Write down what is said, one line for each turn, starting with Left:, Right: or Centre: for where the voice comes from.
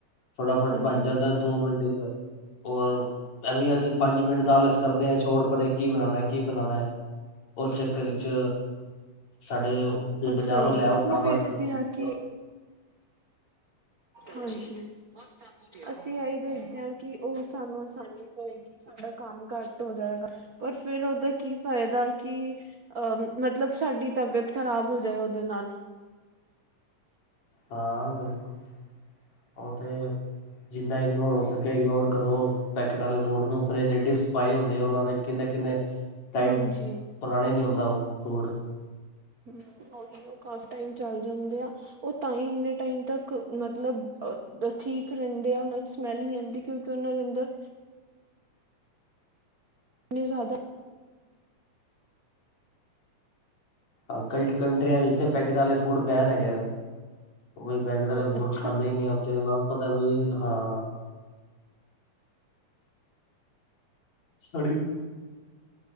Left: ਫਟਾਫਟ
Right: ਹਾਂਜੀ
Left: ਬੱਨ ਜਾਂਦੈ ਦੋ ਮਿੰਟ ਏਚ ਔਰ, ਐਵੇ ਈ ਅਸੀ ਪੰਜ ਮਿੰਟ ਦਾ ਆਲਸ ਕਰਦੇ ਆ ਛੋੜ ਪੜੇ ਕੀ ਬਨਾਣੈ ਕੀ ਬਨਾਨੈ। ਉਸ ਚੱਕਰ ਚ ਸਾਡੇ
Right: ਪਰ
Left: ਬਾਜ਼ਾਰੋਂ
Right: ਸਹੀ ਗੱਲ
Left: ਲੈ
Right: ਹੈ
Left: <unintelligible>
Right: ਆਪਾਂ ਵੇਖਦੇ ਹਾਂ ਕਿ ਹਾਂਜੀ ਅਸੀਂ ਇਹੀ ਦੇਖਦੇ ਹਾਂ ਕਿ ਉਹ ਸਾਨੂੰ ਆਸਾਨੀ ਕੋਈ ਵੀ ਸਾਡਾ ਘੱਟ ਹੋ ਜਾਏਗਾ, ਪਰ ਫ਼ਿਰ ਉਹਦਾ ਕੀ ਫਾਇਦਾ ਕੀ ਅਹ ਮਤਲਬ ਸਾਡੀ ਤਬੀਅਤ ਖ਼ਰਾਬ ਹੋ ਜਾਏ ਉਹਦੇ ਨਾਲ
Left: ਹਾਂ ਬਿਲਕੁਲ ਉਹ ਤੇ ਜਿੰਨਾ ਇਗਨੋਰ ਹੋ ਸਕੇ ਇਗਨੋਰ ਕਰੋ। ਪੈਕੇਟ ਵਾਲੇ ਫੂਡ ਨੂੰ ਫਰੀਜੈਡੀਸ ਪਾਏ ਹੁੰਦੇ ਐ। ਉਹ ਨੇ ਕਿੰਨੇ ਕਿੰਨੇ ਤਾਈ
Right: ਹਾਂਜੀ
Left: ਪੁਰਾਣਾ ਨਈ ਹੁੰਦਾ ਫੂਡ।
Right: ਹ ਉਹ ਇਵੇ ਕਾਫੀ ਟਾਈਮ ਚੱਲ ਜਾਂਦੇ ਆ ਉਹ ਤਾਂ ਹੀ ਇੰਨੇ ਟਾਈਮ ਤੱਕ ਮਤਲਬ ਠੀਕ ਰਹਿੰਦੇ ਆ। ਉਹਨਾਂ ਚ ਸਮੈਲ ਨਈ ਆਉਂਦੀ ਕਿਉਂਕਿ ਉਹਨਾਂ ਦੇ ਅੰਦਰ ਇਨੀ ਜ਼ਿਆਦਾ
Left: ਅ ਕਈ ਕੰਟਰੀਆ ਵਿੱਚ ਤੇ ਪੈਕੇਟ ਵਾਲੇ ਫੂਡ ਬੈਨ ਹੈਗੇ ਨੇ ਬਈ ਪੈਕਟ ਵਾਲੇ
Right: ਹਾਂ
Left: ਫੂਡ
Right: ਅੱਛਾ
Left: ਖਾਂਦਾ ਈ ਨਈ ਉੱਥੇ ਉਹਨਾਂ ਨੂੰ ਪਤਾ ਬਈ ਹਾਂ ਸਰੀ